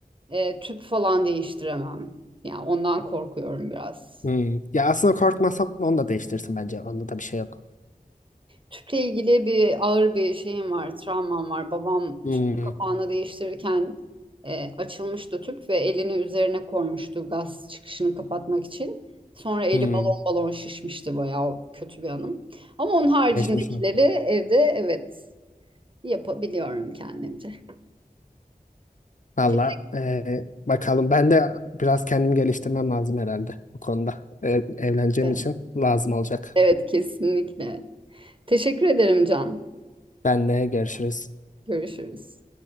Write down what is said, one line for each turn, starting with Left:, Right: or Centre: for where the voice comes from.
Right: e, tüp falan değiştiremem. Yani ondan korkuyorum biraz.
Left: Hmm, Ya aslında korkmasan onu da değiştirsin bence. Onda da bir şey yok.
Right: Tüple ilgili bir ağır bir şeyim var, travmam var. Babam
Left: hmm,
Right: tüpün kapağını değiştirirken e, açılmıştı tüp ve elini üzerine koymuştu gaz çıkışını kapatmak için. Sonra eli
Left: hmm.
Right: balon balon şişmişti bayağı kötü bir anım. Ama onun haricindekileri
Left: Geçmiş olsun.
Right: evde evet yapabiliyorum kendimce.
Left: Valla
Right: Teşekkür
Left: eee, bakalım ben de biraz kendimi geliştirmem lazım herhalde bu konuda. Ev- evleneceğim
Right: ederim.
Left: için lazım olacak.
Right: Evet kesinlikle. Teşekkür ederim Can.
Left: Benle görüşürüz.
Right: Görüşürüz.